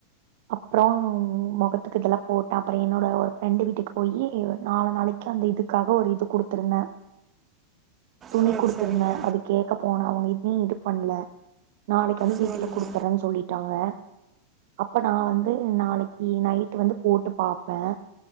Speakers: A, on the right; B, on the right.
A: அப்புற முகத்துக்கு இதெல்லா போட்டே அப்புற என்னோட ஒர் ஃப்ரெண்டு வீட்டுக்கு போய் நாலு நாளைக்கு அந்த இதுக்காக ஒரு இது குடுத்துருந்தே துணி
B: சரி
A: குடுத்துருந்தே
B: சரிங்க
A: அது கேக்க போன அவ வீட்லயு இது பண்ணல நாளைக்கு வந்து
B: சரிங்க
A: வீட்ல குடுத்தறே சொல்லி ட்டாங்க அப்ப நா வந்து நாளைக்கு நைட் வந்து போட்டு பாப்பே